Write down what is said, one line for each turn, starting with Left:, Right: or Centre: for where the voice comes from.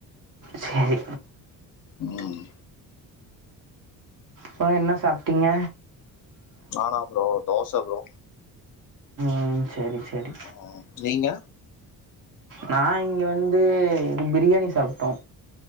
Right: செரி
Left: ம்
Right: பா என்ன சாப்ட்டீங்க
Left: நானா ப்ரோ தோச ப்ரோ
Right: ம் செரி செரி
Left: ம் நீங்க
Right: நா இங்க வந்து பிரியாணி சாப்ட்டோ